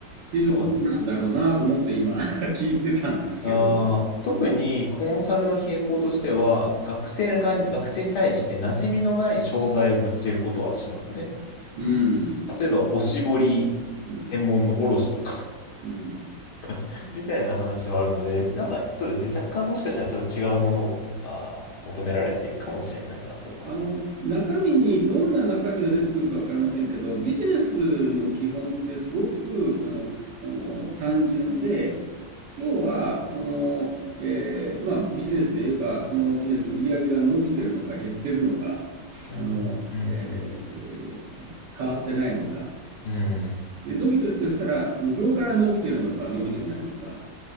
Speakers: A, on the left; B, on the right.
A: そうです。
B: ていうことなんだろうなと思って今 <laughs> 聞いてたんですけど。
A: あー特にコンサルの傾向としては、学生が、学生に対して馴染みのない商材をぶつけることはしますね。
B: うん。
A: 例えば、おしぼり専門の卸とか
B: うん。うん。
A: <laughs> みたいな話はあるので、なんか、そうですね。若干もしかしたらちょっと違うものが求められているかもしれないなと今思い。
B: あの、中身にどんな中身が出てくるかわかりませんけど、ビジネスの基本ってすごく、あの、あの、単純で、要は、その、えーまあ、ビジネスで言えば、そのビジネス売り上げが伸びてるのか減ってるのか、
A: うん
B: あの、
A: うんうんうん。
B: えー変わってないのか。
A: うん。
B: で、伸びてるとしたら、あの、業界が伸びてるのか伸びてないのか。